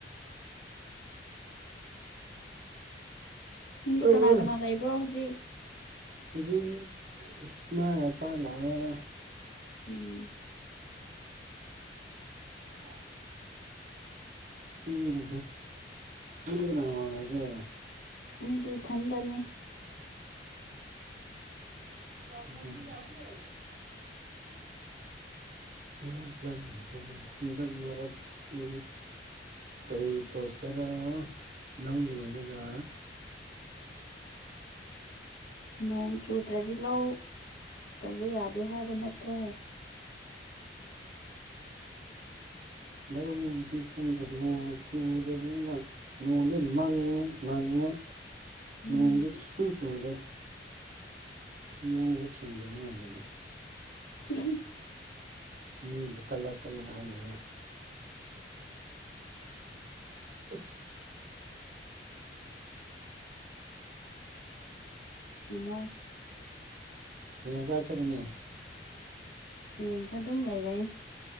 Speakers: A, on the left (about 75°); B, on the right (about 50°).
A: ꯅꯪꯗꯤ
B: ꯑꯥ
A: ꯀꯅꯥ ꯀꯅꯥ ꯂꯩꯕ꯭ꯔꯣ ꯍꯧꯖꯤꯛ
B: ꯍꯧꯖꯤꯛ ꯃꯥ ꯉꯟꯇꯥ ꯂꯥꯛꯑꯦ
A: ꯎꯝ
B: ꯑꯥꯎ <unintelligible> ꯅꯪꯗꯤ ꯀꯅꯥ ꯀꯅꯥ ꯂꯩꯒꯦ
A: ꯑꯩꯗꯤ ꯏꯊꯟꯗꯅꯦ
B: <unintelligible> ꯍꯟꯗꯛ ꯃꯔꯛꯁꯤ ꯀꯩ ꯇꯧꯁꯤꯔꯥ ꯅꯪ ꯂꯣꯏꯔꯒ
A: ꯅꯣꯡ ꯆꯨꯗ꯭ꯔꯗꯤ ꯂꯧ ꯇꯧꯕ ꯌꯥꯗꯦ ꯍꯥꯏꯕ ꯅꯠꯇ꯭ꯔꯣ
B: ꯂꯧꯕꯨꯗꯤ ꯈꯪꯗꯦ ꯅꯣꯡ ꯆꯨꯗꯕꯅꯤꯅ ꯅꯣꯡꯗꯤ ꯃꯪꯉꯦ ꯃꯪꯉꯦ
A: ꯎꯝ
B: ꯅꯣꯡꯗꯤ ꯁꯨꯡꯆꯨ ꯆꯨꯨꯗꯦ ꯊꯃꯣꯏꯁꯦ ꯁꯦꯡꯗꯕꯥ ꯃꯥꯜꯂꯦꯗ
A: <unintelligible>
B: ꯃꯤꯕꯨ ꯀꯂꯛ ꯀꯅꯥꯅꯥ ꯏꯁ
A: ꯌꯥꯝ ꯋꯥꯏ
B: ꯍꯌꯦꯡ ꯀꯥꯏ ꯆꯠꯀꯅꯤ
A: ꯍꯌꯦꯡꯁꯨ ꯑꯗꯨꯝ ꯂꯩꯒꯅꯤ